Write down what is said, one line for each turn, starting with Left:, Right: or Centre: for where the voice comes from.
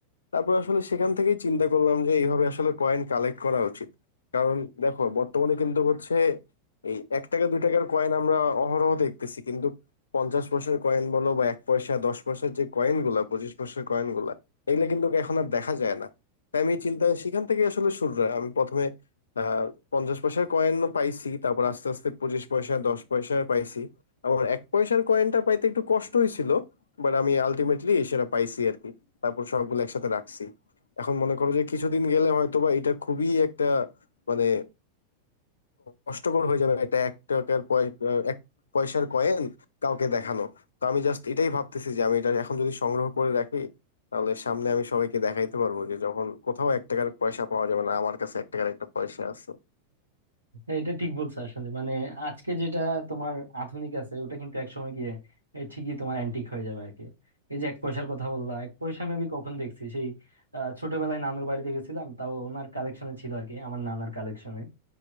Left: তারপর আসলে সেখান থেকেই চিন্তা করলাম যে এইভাবে আসলে কয়েন কালেক্ট করা উচিত কারণ দেখো বর্তমানে কিন্তু হচ্ছে এই এক টাকা দুই টাকার কয়েন আমরা অহরহ দেখতেছি কিন্তু পঞ্চাশ পয়সার কয়েন বলো বা এক পয়সা দশ পয়সার যে কয়েন গুলা পঁচিশ পয়সার কয়েন গুলা এগুলো কিন্তু এখন আর দেখা যায় না তাই আমি চিন্তা সেখান থেকে আসলে শুরু হয়। আমি প্রথমে আহ পঞ্চাশ পয়সার কয়েন পাইছি তারপর আস্তে আস্তে পঁচিশ পয়সা দশ পয়সা পাইছি আবার এক পয়সার কয়েনটা পাইতে একটু কষ্ট হয়েছিল বাট আমি আলটিমেটলি সেটা পাইছি আর কি তারপর সবগুলো একসাথে রাখছি এখন মনে করো যে কিছুদিন গেলে হয়তো বা এটা খুবই একটা মানে কষ্টকর হয়ে যাবে একটা এক টাকার পয়- আহ, এক পয়সার কয়েন কাউকে দেখানো তো আমি জাস্ট এটাই ভাবতেছি যে আমি এটা এখন যদি সংগ্রহ করে রাখি তাহলে সামনে আমি সবাইকে দেখাইতে পারবো যে যখন কোথাও এক টাকার পয়সা পাওয়া যাবে না আমার কাছে এক টাকার একটা পয়সা আছে
Right: হ্যাঁ, এটা ঠিক বলছো আসলে মানে আজকে যেটা তোমার আধুনিক আছে ওটা কিন্তু একসময় গিয়ে এ, ঠিকই তোমার অ্যান্টিক হয়ে যাবে আর কি এই যে এক পয়সার কথা বললাম এক পয়সা আমি কখন দেখছি সেই আহ, ছোটবেলায় নানুর বাড়িতে গেছিলাম তাও ওনার কালেকশনে ছিল আর কি আমার নানার কালেকশনে